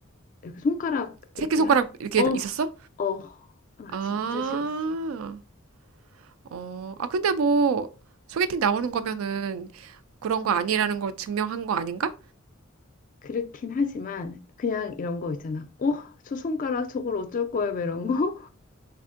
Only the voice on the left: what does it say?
이렇게 손가락
이렇게 하,
어,
어, 나
진짜 싫었어.
그렇긴 하지만 그냥 이런 거 있잖아. 어, 저 손가락 저걸 어쩔 거야 뭐 이런 거.